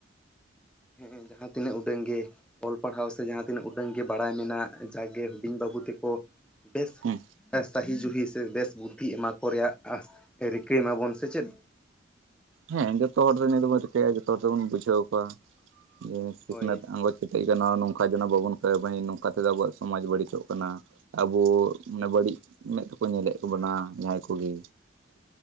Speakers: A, in the centre; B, on the right.
A: ᱦᱮᱸ ᱡᱟᱦᱟᱸ ᱛᱤᱱᱟᱹᱜ ᱩᱰᱟᱹᱝ ᱜᱮ ᱚᱞ ᱯᱟᱲᱦᱟᱣ ᱥᱮ ᱡᱟᱦᱟᱸ ᱛᱤᱱᱟᱹᱜ ᱩᱰᱟᱹᱝ ᱜᱮ ᱵᱟᱲᱟᱭ ᱢᱮᱱᱟᱜ ᱡᱟᱜᱮ ᱦᱩᱰᱤᱧ ᱵᱟᱹᱵᱩ ᱛᱮᱠᱚ ᱵᱮᱥ
B: ᱦᱮᱸ
A: ᱥᱟᱦᱤ ᱡᱩᱦᱤ ᱥᱮ ᱵᱮᱥ ᱵᱩᱫᱽᱫᱷᱤ ᱮᱢᱟ ᱠᱚ ᱨᱮᱭᱟᱜ ᱨᱤᱠᱟᱹᱭ ᱢᱟᱵᱚᱱ ᱥᱮ ᱪᱮᱫ?
B: ᱦᱮᱸ ᱡᱚᱛᱚ ᱦᱚᱲ ᱫᱚ ᱱᱤᱭᱟᱹ ᱫᱚᱵᱚᱱ ᱨᱤᱠᱟᱹᱭᱟ ᱡᱚᱛᱚ ᱦᱚᱲ ᱫᱚᱵᱚᱱ ᱵᱩᱡᱷᱟᱹᱣ ᱠᱚᱣᱟ ᱡᱮ ᱥᱤᱠᱷᱱᱟᱹᱛ
A: ᱦᱳᱭ
B: ᱟᱸᱜᱚᱪ ᱠᱮᱴᱮᱡ ᱠᱟᱱᱟ ᱱᱚᱝᱠᱟ ᱡᱱᱮ ᱵᱟᱵᱚᱱ ᱠ <inaudible> ᱱᱚᱝᱠᱟ ᱛᱮᱫᱚ ᱟᱵᱚᱣᱟᱜ ᱥᱚᱢᱟᱡᱽ ᱵᱟᱹᱲᱤᱡᱚᱜ ᱠᱟᱱᱟ᱾ ᱟᱵᱚ ᱢᱟᱱᱮ ᱵᱟᱹᱲᱤᱡ ᱢᱮᱫ ᱛᱮᱠᱚ ᱧᱮᱞᱮᱫ ᱠᱚ ᱵᱚᱱᱟ ᱡᱟᱦᱟᱸᱭ ᱠᱚᱜᱮ᱾